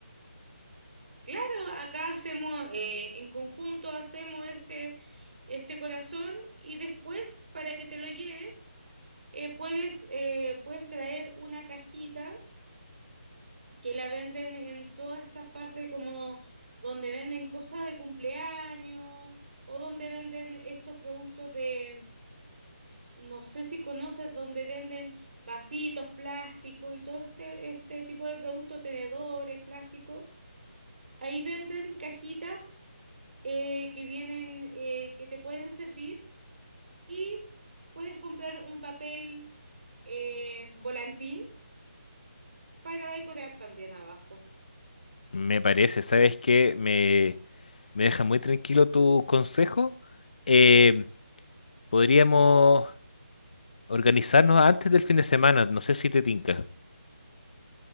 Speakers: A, on the right; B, on the left.
A: Claro, acá hacemos, eh, en conjunto hacemos este, este corazón y después para que te lo lleves eh, puedes, eh, puedes traer una cajita que la venden en todas estas partes como donde venden cosas de cumpleaños o donde venden estos productos de, no sé si conoces, donde venden vasitos, plásticos y todo este, este tipo de productos, tenedores, plásticos. Ahí venden cajitas eh, que vienen, eh, que te pueden servir y puedes comprar un papel eh, volantín para decorar también abajo.
B: Me parece, ¿sabes qué? Me, me deja muy tranquilo tu consejo. Eh, podríamos organizarnos antes del fin de semana, no sé si te tinca.